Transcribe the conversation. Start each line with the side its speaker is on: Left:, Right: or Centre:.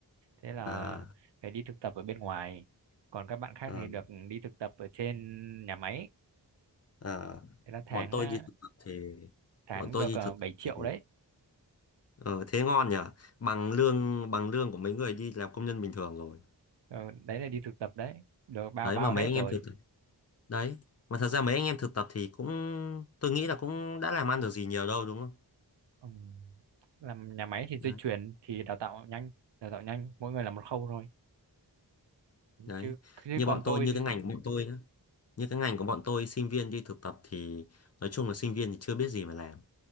Right: thế là
Left: À,
Right: phải đi thực tập ở bên ngoài còn các bạn khác
Left: à,
Right: thì được đi thực tập ở trên nhà máy
Left: à.
Right: thế là tháng
Left: Bọn tôi
Right: à,
Left: đi thực tập thì
Right: tháng
Left: bọn tôi
Right: được
Left: đi
Right: à,
Left: thực
Right: 7
Left: tập
Right: triệu
Left: thì
Right: đấy
Left: ờ, thế ngon nhỉ? Bằng lương bằng lương của mấy người đi làm công nhân bình thường rồi.
Right: Ờ, đấy là đi thực tập đấy được bao
Left: Đấy
Right: bao
Left: mà mấy
Right: hết
Left: anh
Right: rồi
Left: em thực đấy mà thật ra mấy anh em thực tập thì cũng tôi nghĩ là cũng đã làm ăn được gì nhiều đâu đúng không
Right: Ừ. làm nhà máy thì
Left: đấy
Right: dây chuyền thì đào tạo nhanh đào tạo nhanh mỗi người là một khâu thôi
Left: đấy
Right: chứ, chứ
Left: như
Right: còn
Left: bọn tôi
Right: tôi
Left: như
Right: thì-
Left: cái ngành của bọn tôi nhá như cái ngành của bọn tôi sinh viên đi thực tập thì nói chung là sinh viên thì chưa biết gì mà làm